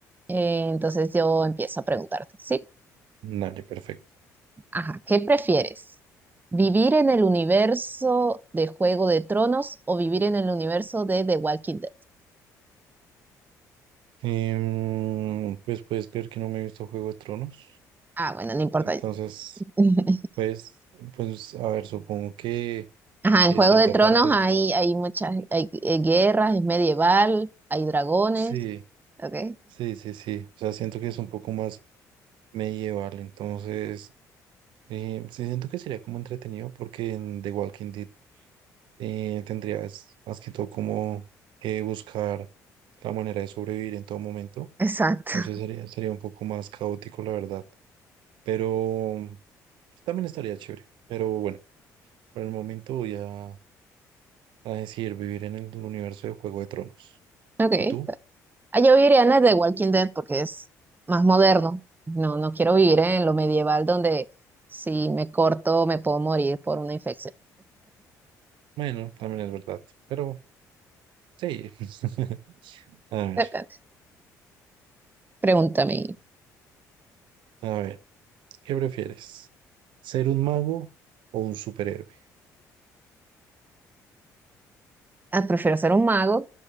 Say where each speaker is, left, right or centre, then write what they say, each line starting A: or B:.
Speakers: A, on the right; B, on the right.
A: Eh, entonces yo empiezo a preguntarte, ¿sí?
B: Dale, perfecto.
A: Ajá, ¿qué prefieres? ¿Vivir en el universo de Juego de Tronos o vivir en el universo de The Walking Dead?
B: Em, pues puedes creer que no me he visto Juego de Tronos.
A: Ah, bueno, no importa.
B: Entonces,
A: <laughs>
B: pues, pues, a ver, supongo que,
A: Ajá,
B: que
A: en Juego
B: de cierta
A: de Tronos
B: parte,
A: hay, hay muchas, hay eh, guerras, es medieval, hay dragones.
B: sí,
A: Ok,
B: sí, sí, sí. O sea, siento que es un poco más medieval. Entonces, eh, sí, siento que sería como entretenido porque en The Walking Dead eh, tendrías más que todo como que buscar la manera de sobrevivir en todo momento.
A: <laughs> exacto.
B: No sé, sería, sería un poco más caótico, la verdad. Pero también estaría chévere. Pero bueno, por el momento voy a, a decidir vivir en el universo de Juego de Tronos.
A: Ok.
B: ¿Y tú?
A: Ah, yo viviría en el de Walking Dead porque es más moderno. No, no quiero vivir en lo medieval donde si me corto me puedo morir por una infección.
B: Bueno, también es verdad. Pero sí. <laughs> A ver,
A: Depende. Pregúntame.
B: a ver, ¿qué prefieres? ¿Ser un mago o un superhéroe?
A: Ah, prefiero ser un mago.